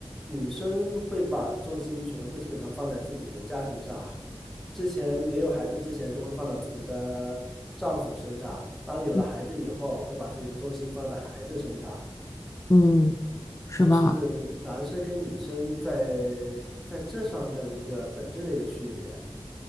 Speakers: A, in the centre; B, on the left.
A: 女生会把重心全部基本上放在自己的家庭上，之前没有孩子之前都会放到自己的丈夫身上，当有了孩子以后，
B: 嗯，
A: 会把自己的重心放在孩子身上。
B: 嗯是吧？
A: 这是男生跟女生在在这上面一个本质的一个区别。